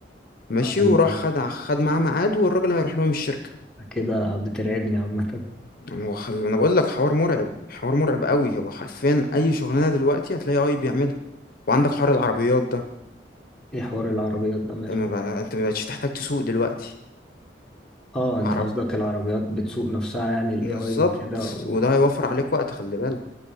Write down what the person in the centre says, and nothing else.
ما انت
أنت كده بترعبني عامة
ايه حوار العربيات ده ماله
اه انت
قصدك العربيات بتسوق نفسها يعني الاي
اي وكده وال-